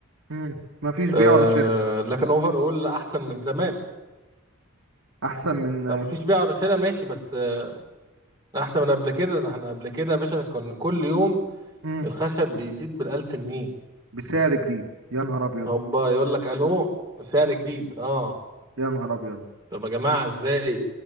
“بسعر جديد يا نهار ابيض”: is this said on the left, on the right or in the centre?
Right